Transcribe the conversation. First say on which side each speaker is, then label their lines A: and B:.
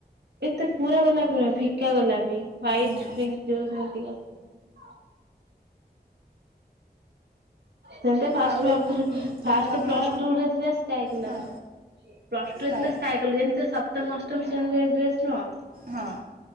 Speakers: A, on the right; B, on the right.
A: ଏତେ ପୁରା ଗୋଲାପି ନୁହ ଫିକା ଗୋଲାପି ୱାଇଟପିଙ୍କ
B: ହଁ
A: ଯଉ ସେମତିକା <inaudible> ସେମତି ଫାଷ୍ଟ
B: ଆଉ
A: ଭାବୁଥିଲୁ
B: ତୁମ
A: ଫାଷ୍ଟ
B: ମାମା
A: ପ୍ଲସ୍ଟରେ ଥିଲେ ସ୍କାଏକଲର୍
B: ହଁ
A: ପ୍ଲସଟୁରେ
B: ସ୍କାଏ
A: ଥିଲେ ସ୍କାଏକଲର୍ ଯେମିତି ସପ୍ତମ ଅ ସପ୍ତମ ଶ୍ରେଣୀରେ ଡ୍ରେସ୍ ନୁହଁ
B: ହଁ